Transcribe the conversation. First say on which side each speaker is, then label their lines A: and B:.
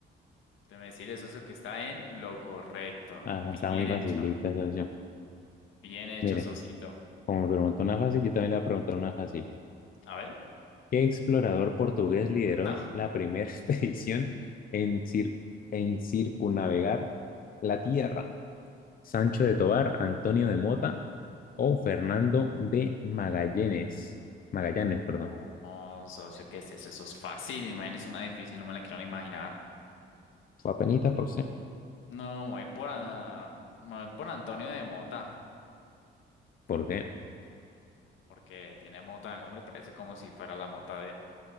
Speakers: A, on the left (about 80°); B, on the left (about 45°).
A: Déjeme decirle, socio, que está en lo correcto.
B: Ah,
A: Bien
B: está muy facilita,
A: hecho,
B: socio.
A: bien hecho,
B: Mire,
A: socito.
B: como me preguntó una fácil, yo también le voy a preguntar una fácil.
A: A ver.
B: ¿Qué explorador portugués lideró
A: No,
B: la primera <laughs> expedición en, cir- en circunnavegar la Tierra? ¿Sancho de Tobar, Antonio de Mota o Fernando de Magallanes? Magallanes,
A: no,
B: perdón.
A: socio, ¿qué es eso? Eso es fácil, imagínese una difícil, no me la quiero ni imaginar.
B: Fue apenitas por usted.
A: No, me voy por, ah, me voy por Antonio de Mota,
B: ¿Por qué?
A: porque tiene Mota en el nombre, parece como si fuera la mota de